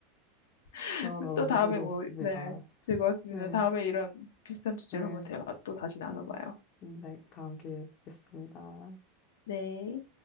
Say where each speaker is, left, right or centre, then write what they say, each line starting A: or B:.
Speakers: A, on the left; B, on the left.
A: <laughs>
B: 대화 나눠서
A: 또 다음에
B: 즐거웠습니다.
A: 뭐, 네, 즐거웠습니다.
B: 네,
A: 다음에 이런 비슷한 주제로
B: 네,
A: 한번 대화 또 다시 나눠봐요.
B: 음, 네, 다음 기회에 뵙겠습니다.
A: 네.